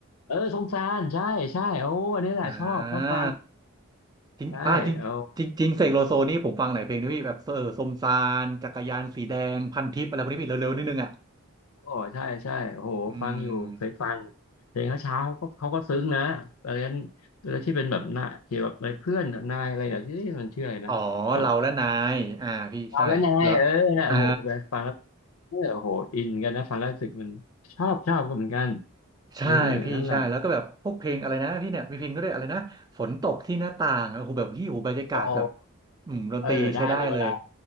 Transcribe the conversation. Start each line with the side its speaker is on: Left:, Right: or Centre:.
Left: เออสงสารใช่ใช่โอ้อันนี้แหละชอบชอบฟัง
Right: อ่า จริงอ่าจริงจริงจริงเสกโลโซนี่ผมฟังหลายเพลงนะพี่แบบเออสมซานจักรยานสีแดงพันทิปอะไรพวกนี้พี่เร็วๆนิดนึงอ่ะ
Left: ใช่โอ้โอ้ใช่ใช่โอ้โหฟังอยู่เคยฟัง
Right: อืม
Left: เพลงเขาเช้าก็เขาก็ซึ้งนะอะไรนั้นแล้วที่เป็นแบบหน้าเกี่ยวกับอะไรเพื่อนนายอะไรเนี่ยที่มันชื่ออะไรนะจ
Right: อ๋อเราและนายอ่าพี่ใช่แล้ว
Left: ำเอาแล้วนายเออนะโอ้โหฟังแล้ว
Right: อ่า
Left: เออโอ้โหอินกันนะฟังแล้วรู้สึกมันชอบชอบก็เหมือนกัน
Right: ใช่พี่ใช่แล้วก็แบบพวกเพลงอะไรนะพี่เนี่ยมีเพลงก็ได้วยอะไรนะฝนตกที่หน้าต่างโอ้โหแบบพี่โอ้โหบรรยากาศแบบ
Left: เออนั่นแหละ อ๋อ
Right: อืมดนตรีใช้ได้เลย
Left: เออได้เลยเวลา